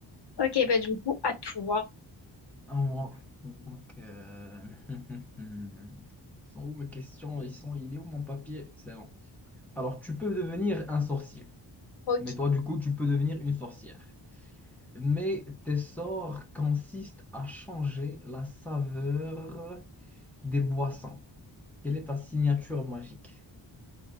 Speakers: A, on the left; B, in the centre.
A: Ok, ben du coup, à toi.
B: Alors, donc. euh, <laughs> Ils sont où mes questions? Ils sont... Il est où mon papier? C'est bon. Alors, tu peux devenir un sorcier.
A: Ok.
B: Mais toi, du coup, tu peux devenir une sorcière. Mais tes sorts consistent à changer la saveur des boissons. Quelle est ta signature magique?